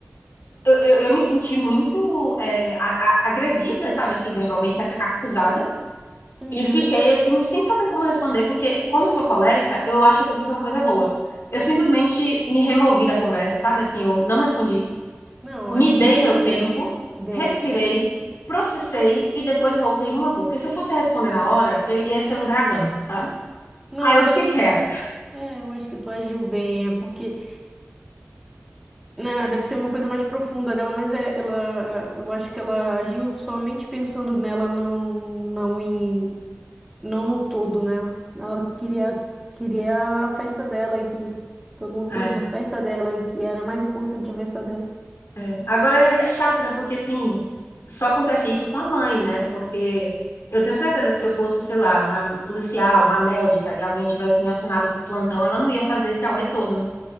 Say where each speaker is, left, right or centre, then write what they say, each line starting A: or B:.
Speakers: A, on the left; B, in the centre.
A: Eu, eu, eu me senti muito é, a- a- agredida, sabe? Assim, verbalmente ac- acusada.
B: Uhum,
A: E fiquei assim, sem saber como responder, porque como eu sou colérica, eu acho que eu fiz uma coisa boa. Eu simplesmente me removi da conversa, sabe? Assim, eu não respondi,
B: Não,
A: me
B: acho que
A: dei
B: tu fez
A: meu tempo,
B: certo. Deu
A: respirei,
B: o teu tempo.
A: processei e depois voltei numa boa. Porque se eu fosse responder na hora, eu ia ser um dragão, sabe?
B: Não,
A: Aí
B: mas
A: eu fiquei
B: eu acho
A: quieta.
B: que. É, eu acho que tu agiu bem. É porque. Né, deve ser uma coisa mais profunda dela, mas é, ela. é, Eu acho que ela agiu somente pensando nela, não, não em. Não no todo nela. Ela queria, queria a festa dela e que todo mundo
A: É,
B: fosse na festa dela e que era mais importante a festa dela.
A: é. Agora é, é chato, né? Porque assim, só acontece isso com a mãe, né? Porque eu tenho certeza que se eu fosse, sei lá, uma policial, uma médica e alguém tivesse me acionado pro plantão, ela não ia fazer esse auê todo. né?